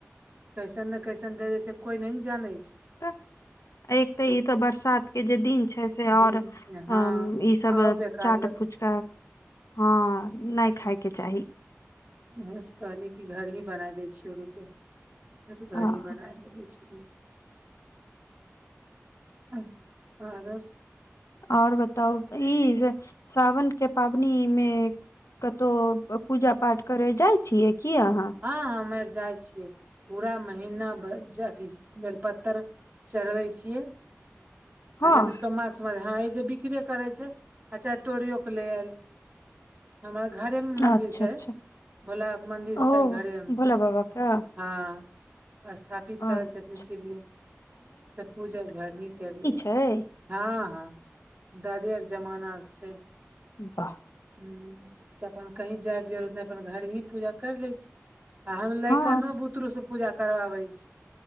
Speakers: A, on the right; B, on the left.
A: कैसन ने कैसन दे दे छै कोई नइ ने जानै छै
B: तऽ एक तऽ ई तऽ बरसात के जे दिन छै से और
A: दिन छै
B: हम
A: हँ
B: ईसभ
A: आउ बेकार
B: चाट
A: लगै
B: फुचका हँ नइ खायके चाही
A: ते से कहली कि घर ही बना दै छी शुरूके बस घर
B: आ
A: ही बनाय देबैछि आ रस <unintelligible>
B: और बताउ ई जे सावन के पाबनि मे कतहु पूजा पाठ करै जाइ छियै की अहाँ
A: हँ ह ह हम आर जाइ छियै पूरा महिना अथी बेलपत्र चढ़बै छियै
B: हँ
A: आ नइ तऽ सोमाक सोमार हँ ई जे बिकबे करै छै आ चाहे तोरियो के ले आएल हमरा घरे मे मन्दिर
B: अच्छा
A: छै
B: अच्छा
A: भोला बाबाके मंदिर
B: ओ
A: छै घरेमे
B: भोला बाबा के
A: हँ स्थापित पित
B: अच्छा
A: करल छथिन शिवलिंग तब पूजा घर ही कैली
B: अय
A: हँ हँ दादे आर जमाना से छै
B: वाह
A: हूं त अपन कहीं जायके जरूरत नइ अपन घर ही पूजा कर लै छी हम लैकनो
B: हँ स-
A: बुतरू से पूजा करवाबे छी